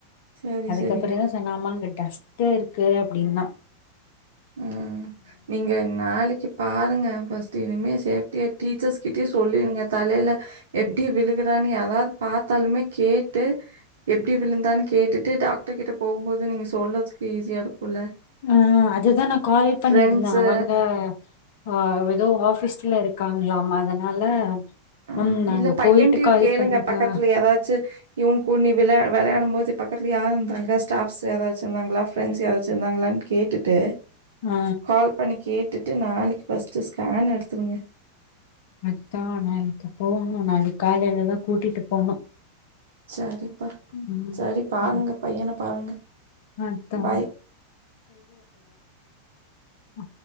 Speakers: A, on the right; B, on the left.
A: சரி,
B: அதுக்கப்பறதா
A: சரி.
B: சொன்ன ஆமாங்கட் டஸ்ட்டு இருக்கு அப்டின்னோ
A: ம் நீங்க நாளைக்கி பாருங்க. ஃபஸ்ட் இனிமே சேஃப்டியா டீச்சர்ஸ்கிட்டயு சொல்லிடுங்க தலையில எப்டி விழுகுறான்னு யாராவது பாத்தாலுமே கேட்டு எப்டி விழுந்தான்னு கேட்டுட்டு டாக்டர் கிட்ட போகும்போது நீங்க சொல்றதுக்கு ஈஸியாக இருக்குல.
B: ஆ அது தா நா கால் பண்ணியிருந்த
A: ஃப்ரெண்ட்ஸு
B: அவங்க ஆ எதோ ஆபீஸ்ல இருக் இருக்காங்களாம அதனால
A: ஆ
B: மேம் நாங்க
A: இல்ல பையன்டயும
B: போயிட்டு கால்
A: கேளுங்க
B: பண்ணட்டா
A: பக்கத்துல எதாச்சு இவ கூண்ணி விளைய வெளையாடும் போது பக்கதுல யாருந்தாங்க ஸ்டாஃப்ஸ் யாராச்சு இருந்தாங்களா ஃப்ரெண்ட்ஸ் யாராச்சு இருந்தாங்களா கேட்டுட்டு
B: ஆ
A: கால் பண்ணி கேட்டுட் ட்டு நாளைக்கு ஃபர்ஸ்ட் ஸ்கேன் எடுத்துருங்க.
B: அத்தா நா இன்னைக்கு போகணு நாளைக்கு காலயிலதா கூட்டிட்டு போணு.
A: சேரிப்பா
B: ம்
A: சேரி பாருங்க
B: ம்
A: பையன பாருங்க
B: அதா
A: ஃபாய்.
B: ஹ